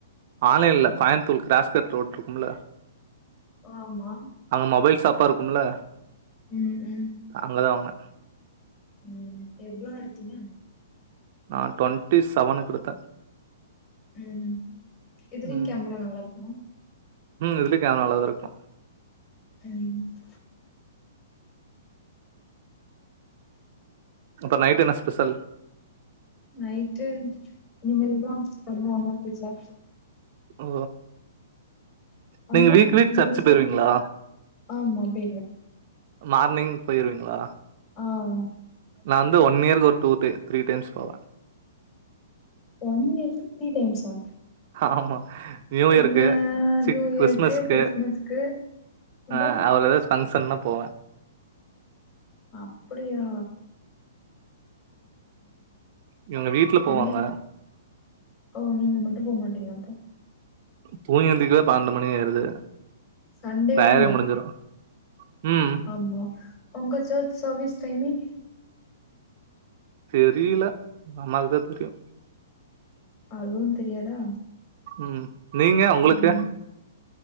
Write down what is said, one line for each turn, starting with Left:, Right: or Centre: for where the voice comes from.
Right: ஆன்லைன்ல்ல கோயமத்தூர் கிராஸ் கட் ரோட் இருக்கும்ல
Left: ஆமா
Right: அங்க மொபைல் ஷாப்பா இருக்கும்ல
Left: ம் ம்
Right: அங்கதா வாங்கன
Left: ம் எவ்ளோன்னு எடுத்தீங்கா
Right: நான் டொண்ட்டி செவனுக்கு எடுத்த
Left: ம் இதுலியு
Right: ம்
Left: கேமரா நல்லா இருக்குமா
Right: ம் இதுலியு கேமரா நல்லாதா இருக்கு
Left: ம்
Right: அப்றோ நைட்டு என்னா ஸ்பெஷல்
Left: நைட்டு இனிமேல் தா பண்ணுவாங்க வீட்ல
Right: ஓ நீங்க
Left: அங்க
Right: வீக் வீக்
Left: உங்க
Right: சர்ச்சு
Left: வீட்ல
Right: போயிருவீங்ளா
Left: ஆமா பெரிய
Right: மார்னிங் போயிருவீங்ளா
Left: ஆ ஆ
Right: நா வந்து ஒன் இயர்க்கு ஒரு டூ தி த்ரீ டைம்ஸ் போவ
Left: ஒன் இயர்க்கு த்ரீ டைம்ஸா
Right: ஹாமா நியூ இயருக்கு
Left: என்ன
Right: சிக்
Left: நியூ
Right: கிறிஸ்மஸ்க்கு
Left: இயருக்கு கிறிஸ்மஸ்க்கு அப்றோ
Right: அ அவ்ளோதா ஃபங்சன்னா போவ
Left: அப்படியா
Right: இவுங்க வீட்ல
Left: சண்டே
Right: போவாங்க
Left: ஓ நீங்க மட்டு போமாட்டீங்க அப்போ
Right: தூங்கி எந்திக்கவே பன்னெண்டு மணி ஆயிருது
Left: சண்டேவுமா
Right: வேலய முடிஞ்சிரு ம்
Left: ஆமா உங்க சர்ச் சர்வீஸ் டைமிங்
Right: தெரியல எங்க அம்மாக்குதா தெரியு
Left: அதுவு தெரியாதா
Right: ம் நீங்க உங்களுக்கு
Left: ம்